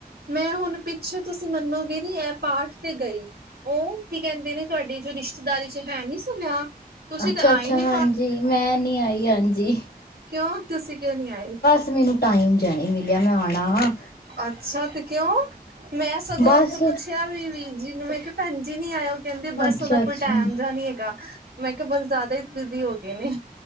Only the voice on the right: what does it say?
ਮੈਂ ਹੁਣ ਪਿੱਛੇ ਤੁਸੀਂ ਮੰਨੋਗੇ ਨਹੀਂ ਮੈਂ ਪਾਠ ਤੇ ਗਈ, ਉਹ ਕੀ ਕੈਂਦੇ ਨੇ, ਤੁਹਾਡੀ ਜੋ ਰਿਸ਼ਤੇਦਾਰੀ 'ਚ ਹੈ ਨੀ ਸੀ, ਵਿਆਹ ਤੁਸੀਂ
ਤਾਂ
ਆਏ ਨੀ
ਕਿਓ ਤੁਸੀਂ ਕਿਓ ਨੀ ਆਏ?
ਅੱਛਾ ਤੇ ਕਿਉਂ ਮੈਂ ਸਗੋਂ
ਓਥੋਂ ਪੁੱਛਿਆ ਵੀ ਵੀਰ ਜੀ ਨੂੰ ਮੈਂ ਕਿਹਾ ਭੈਣ ਜੀ ਨੀ ਆਏ ਕੈਂਦੇ ਬੱਸ
ਓਨਾਂ
ਕੋਲ ਟਾਈਮ ਜੇਆ ਨਹੀਂ ਹੈਗਾ, ਮੈਂ ਕਿਹਾ ਬਸ ਜ਼ਾਦਾ ਈ ਬਿਜ਼ੀ ਹੋ ਗਏ ਨੇ।